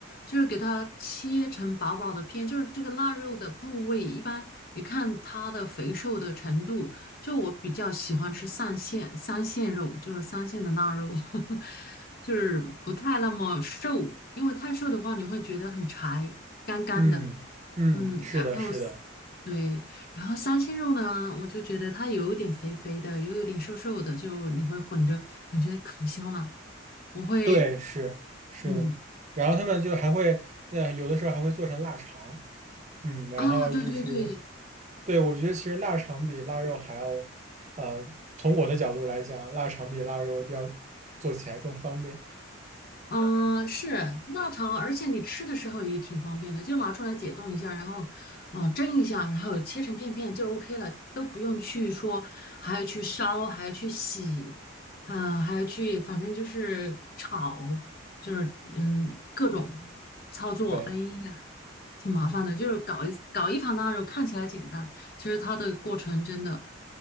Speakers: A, on the left; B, on the right.
A: 就是给它切成薄薄的片，就是这个腊肉的部位，一般你看它的肥瘦的程度。就我比较喜欢吃三线三线肉，就是三线的腊肉，<laughs> 就是不太那么瘦，因为太瘦的话你会觉得很柴，干干的。
B: 嗯嗯，
A: 嗯，
B: 是的，
A: 然后
B: 是的，
A: 对，然后三鲜肉呢，我就觉得它有一点肥肥的，又有一点瘦瘦的，就你会混着，感觉可香了。我会，
B: 对，是是的。
A: 嗯，
B: 然后他们就还会，那有的时候还会做成腊肠。嗯，然后就是，
A: 啊，对对对，
B: 对，我觉得其实腊肠比腊肉还要，呃，从我的角度来讲，腊肠比腊肉要做起来更方便。
A: 嗯，是腊肠，而且你吃的时候也挺方便的，就拿出来解冻一下，然后，嗯、蒸一下，然后切成片片就 OK 了，都不用去说还要去烧，还要去洗，嗯，还要去，反正就是炒，就是嗯，各种操作，
B: 对，
A: 哎呀，挺麻烦的。
B: 嗯，
A: 就是搞一搞一盘腊肉，看起来简单，其实它的过程真的